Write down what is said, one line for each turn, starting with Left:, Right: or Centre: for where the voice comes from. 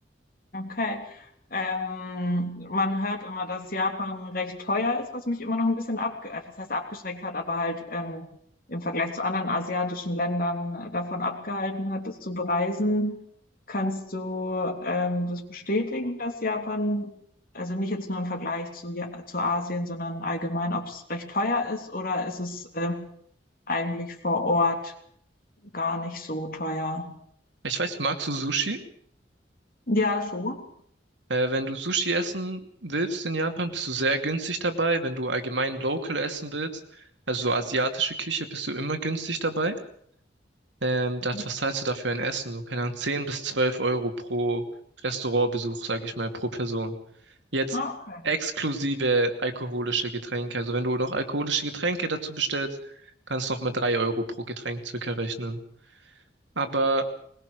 Left: Okay. Ähm, man hört immer, dass Japan recht teuer ist, was mich immer noch ein bisschen abge äh, das heißt abgeschreckt hat, aber halt ähm, im Vergleich zu anderen asiatischen Ländern äh, davon abgehalten hat, es zu bereisen. Kannst du ähm, das bestätigen, dass Japan, also nicht jetzt nur im Vergleich zu, ja zu Asien, sondern allgemein, ob es recht teuer ist oder ist es ähm, eigentlich vor Ort gar nicht so teuer?
Right: Ich weiß, magst du Sushi?
Left: Ja, schon.
Right: Äh, wenn du Sushi essen willst in Japan, bist du sehr günstig dabei. Wenn du allgemein local essen willst, also so asiatische Küche, bist du immer günstig dabei. Ähm, das,
Left: Mhm.
Right: was zahlst du dafür ein Essen? So, keine Ahnung, 10 bis 12 Euro pro Restaurantbesuch, sage ich mal, pro Person. Jetzt
Left: Ah, okay.
Right: exklusive alkoholische Getränke. Also wenn du noch alkoholische Getränke dazu bestellst, kannst du noch mal 3 Euro pro Getränk circa rechnen. Aber